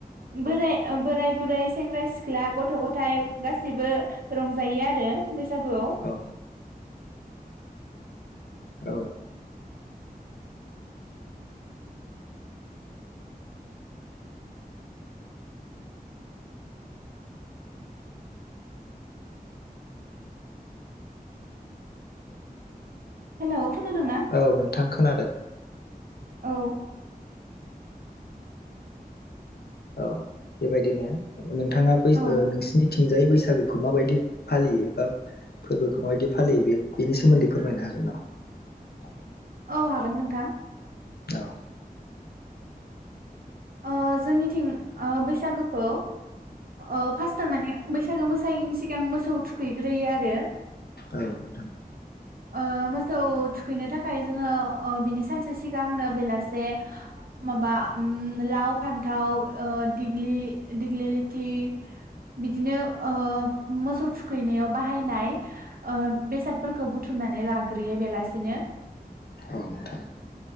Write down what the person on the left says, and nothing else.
औ औ
औ नोंथां खोनादों
औ बेबायदिनो नोंथांङा बै
नोंसिरनि थिंजाय बैसागुखौ माबायदि फालियो बा फोरबोखौ माबायदि फालियो बे बेनि सोमोन्दै फोरमायनो हागोन नामा
औ
औ नोंथां
औ नोंथां